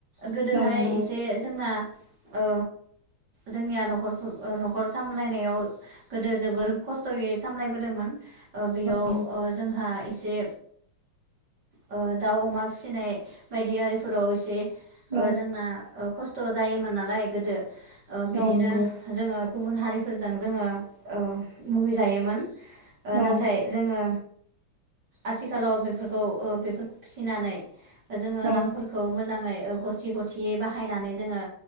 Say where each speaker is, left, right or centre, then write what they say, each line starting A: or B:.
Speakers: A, on the right; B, on the right.
A: गोदोहाय
B: औ नंगौ
A: एसे जोंना ओ जोंनिया न'खरफोर न'खर सामलायनायाव गोदो जोबोर
B: औ
A: खस्थ'यै सामलायबोदोंमोन ओ बेयाव
B: औ
A: ओ जोंहा जे ओ दाउ अमा फिसिनाय बायदि आरिफोराव एसे ओ
B: औ
A: जोंना खस्थ जायोमोन नालाय गोदो ओ बिदिनो
B: औ नंगौ
A: जोङो गुबुन हारिफोरजों जोङो ओ मुगै जायोमोन। ओ
B: औ
A: नाथाय जोङो आथिखालाव बेफोरखौ ओ बेफोरखौ फिसिनानै जोङो
B: औ
A: रांफोरखौ मोजां मोजाङै गथि गथियै बाहायनानै जोङो